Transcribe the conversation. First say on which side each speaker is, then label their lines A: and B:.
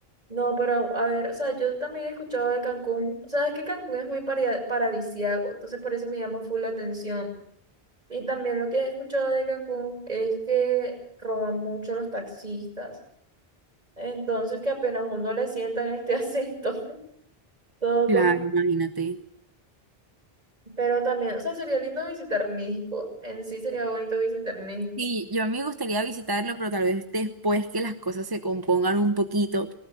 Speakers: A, on the right; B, on the right.
A: No, pero a ver, o sea, yo también he escuchado de Cancún, sabes que Cancún es muy paria- paradisíaco, entonces por eso me llama full la atención. Y también lo que he escuchado de Cancún es que roban mucho los taxistas. Entonces que apenas uno le sientan este <laughs> acento, todo
B: Claro,
A: cos-
B: imagínate.
A: Pero también, o sea, sería lindo visitar México. En sí sería bonito visitar México.
B: Sí, yo a mí me gustaría visitarlo, pero tal vez después que las cosas se compongan un poquito.